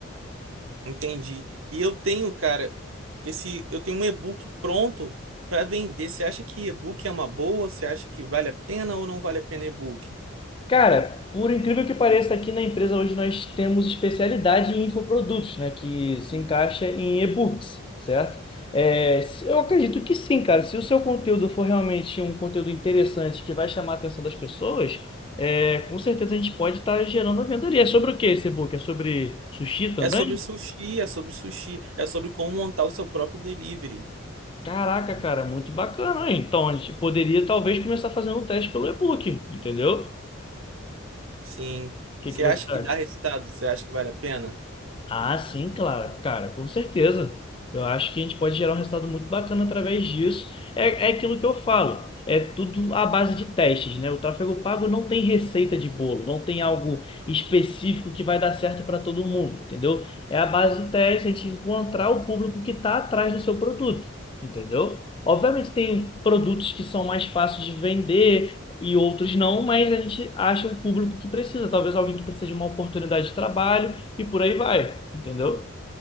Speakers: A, on the right; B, on the left.
A: Entendi. E eu tenho, cara, esse, eu tenho um e-book pronto para vender. Você acha que e-book é uma boa? Você acha que vale a pena ou não vale a pena e-book?
B: Cara, por incrível que pareça, aqui na empresa hoje nós temos especialidade em infoprodutos, né? Que se encaixa em e-books, certo? É, se- eu acredito que sim, cara. Se o seu conteúdo for realmente um conteúdo interessante que vai chamar a atenção das pessoas, é, com certeza a gente pode estar gerando a venda ali. É sobre o que esse e-book? É sobre sushi também?
A: É sobre sushi, é sobre sushi, é sobre como montar o seu próprio delivery.
B: Caraca, cara, muito bacana, hein? Então a gente poderia talvez começar fazendo um teste pelo e-book, entendeu?
A: Sim.
B: O que
A: Você
B: que você
A: acha
B: acha?
A: que dá resultado? Você acha que vale a pena?
B: Ah, sim, claro, cara, com certeza. Eu acho que a gente pode gerar um resultado muito bacana através disso. É, é aquilo que eu falo, é tudo à base de testes, né? O tráfego pago não tem receita de bolo, não tem algo específico que vai dar certo para todo mundo, entendeu? É a base de testes, a gente encontrar o público que está atrás do seu produto, entendeu? Obviamente tem produtos que são mais fáceis de vender e outros não, mas a gente acha o público que precisa, talvez alguém que precisa de uma oportunidade de trabalho e por aí vai, entendeu?